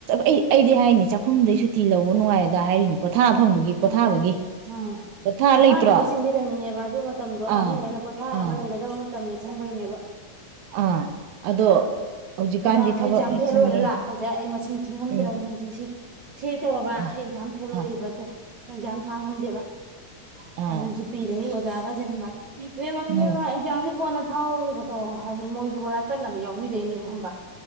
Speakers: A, on the right; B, on the right.
A: ꯑꯩ ꯑꯩꯗꯤ ꯍꯥꯏꯅꯤ ꯆꯥꯛꯈꯨꯝꯗꯩ ꯁꯨꯇꯤ ꯂꯧꯕ ꯅꯨꯡꯉꯥꯏꯗ ꯍꯥꯏꯔꯤꯅꯤ ꯄꯣꯊꯥ ꯐꯪꯕꯒꯤ ꯄꯣꯊꯥꯕꯒꯤ
B: ꯎꯝ ꯎꯝ
A: ꯄꯣꯊꯥ
B: ꯄꯣꯊꯥꯅꯕ
A: ꯂꯩꯇ꯭ꯔꯣ
B: ꯁꯤꯟꯕꯤꯔꯝꯃꯤꯅꯦꯕ ꯑꯗꯨ ꯃꯇꯝꯗꯣ
A: ꯑꯥ
B: ꯑꯍꯟꯈꯩꯅ ꯄꯣꯊꯥꯔꯒ
A: ꯑꯥ
B: ꯂꯩꯒꯗꯕ ꯃꯇꯝꯅꯤ ꯈꯪꯕꯩꯅꯦꯕ
A: ꯑꯥ ꯑꯗꯣ ꯍꯧꯖꯤꯛꯀꯥꯟꯗꯤ
B: ꯑꯦ ꯑꯦꯛꯖꯥꯝ
A: ꯊꯕꯛꯅꯤ
B: ꯐꯦꯜ
A: ꯆꯤꯟꯅꯤ
B: ꯑꯣꯏꯔ ꯂꯥꯛꯄꯁꯦ ꯑꯩ ꯃꯁꯤꯡ ꯊꯤꯉꯝꯗ꯭ꯔꯕꯅꯤ
A: ꯎꯝ
B: ꯆꯦꯁꯤ ꯁꯤ ꯍꯦꯛ ꯇꯧꯔꯕ
A: ꯃꯥ
B: ꯑꯩ ꯑꯦꯛꯖꯥꯝ ꯐꯦꯜ ꯑꯣꯌꯦꯕ
A: ꯑꯥ
B: ꯑꯦꯛꯖꯥꯝ ꯊꯥꯉꯝꯗꯦꯕ
A: ꯑꯥ
B: ꯑꯗ ꯖꯤ ꯄꯤꯗꯒꯤ ꯖꯥꯒꯁꯦ ꯈꯪꯕ꯭ꯔꯥ ꯑꯟꯏꯟꯇꯦꯜꯂꯤꯖꯤꯕꯜ
A: ꯎꯝ
B: ꯑꯦꯛꯖꯥꯝ ꯀꯣꯟꯅ ꯊꯥꯎꯔꯨꯒ ꯇꯧ ꯍꯥꯏꯗꯤ ꯃꯣꯏꯁꯨ ꯂꯥꯏ ꯀꯠꯅꯕ ꯌꯥꯎꯕꯤꯗꯣꯏꯅꯦꯕ ꯈꯪꯕ꯭ꯔ